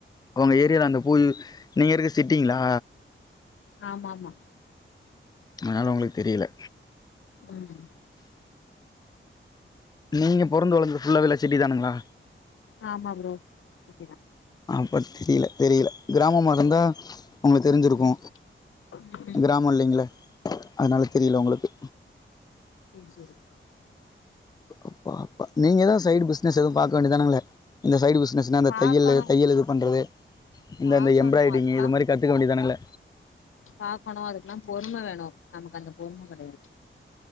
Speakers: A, on the left (about 20°); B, on the left (about 75°).
A: உங்க ஏரியில அந்த பூ நீங்க இருக்கு சிட்டிங்களா
B: ஆமா ஆமா
A: அதனால உங்களுக்கு தெரியல
B: ம்
A: நீங்க பொறந்து வளந்தது ஃபுல்லாவில சிட்டி தானுங்களா
B: ஆமா ப்ரோ சிட்டிதா
A: அப்ப திரியல தெரியல கிராமமா இருந்தா உங்கள தெரிஞ்சிருக்கு
B: ம் ம்.
A: கிராமோ இல்லிங்களே அதனால தெரியல உங்களுக்கு
B: தே செரி
A: அப்பா அப்பா நீங்க எதா சைடு பினஸ் எதுவு பாக்க வேண்டியதானங்களே இந்த சைடு பிஸ் பிஸ்னஸ்னா அந்த
B: பாக்கணு
A: தையலு தையல் இது பண்றது இந்தந்த
B: பாக்கணு
A: எம்பிராய்டிங்கு
B: அதுக்கெல்லா
A: இது மாரி கத்துக்க வேண்டியதானல்ல
B: பாக்கணு அதுக்கில்லா பொறும வேணு நமக்கு அந்த பொறும கெடையாது